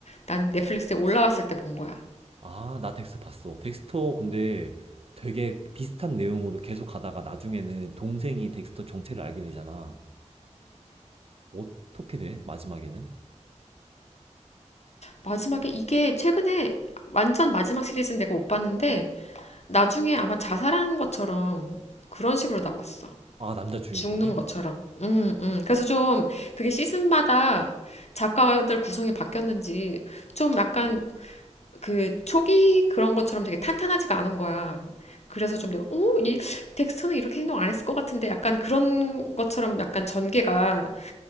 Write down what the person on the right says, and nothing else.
아, 나 덱스터 봤어. 덱스터 근데 되게 비슷한 내용으로 계속 가다가 나중에는 동생이 덱스터 정체를 알게 되잖아. 어떻게 돼? 마지막에는?
아, 남자 주인공이?